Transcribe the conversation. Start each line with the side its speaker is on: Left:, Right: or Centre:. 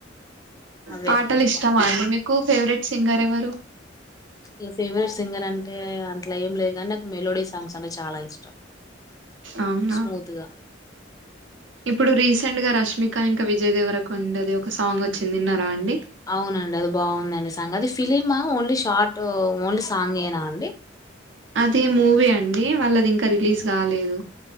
Left: అవే
Right: పాటలు
Left: ఎక్కువ
Right: ఇష్టమా అండి మీకు ఫేవరెట్ సింగర్ ఎవరు
Left: ఇ ఫేవరెట్ సింగర్ అంటే అట్లా ఏం లేదు కానీ నాకు మెలోడీ సాంగ్స్ అంటే చాలా ఇష్టం
Right: అవునా
Left: స్మూత్ గా
Right: ఇప్పుడు రీసెంట్ గా రష్మిక ఇంకా విజయ్ దేవర కొండాది ఒక సాంగ్ వచ్చి విన్నార అండి
Left: అవునండి అది బాగుందండి సాంగ్ అది ఫిలిమా ఓన్లీ షార్ట్ ఓన్లీ సాంగేనా అండి
Right: అది మూవీ అండి వాళ్ళది ఇంకా రిలీజ్ కాలేదు